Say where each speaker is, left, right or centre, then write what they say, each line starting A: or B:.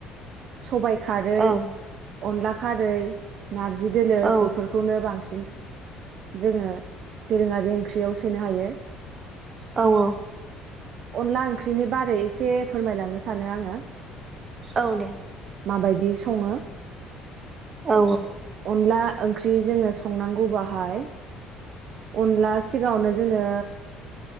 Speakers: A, on the right; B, on the right.
A: सबाय। खारै।
B: ओं
A: अनला खारै नारजि। दोलो
B: औ
A: बेफोरखौनो बांसिन बि जोङो दोरोङारि ओंख्रियाव सोनो हायो
B: औ औ
A: अनला ओंख्रि बेनि बारै फोरमायलांनो सानो आङो
B: औ दे
A: माबायदि सङो
B: औ
A: अनला ओंख्रि जोङो संनांगौबाहाय अनला सिगाङावनो जोङो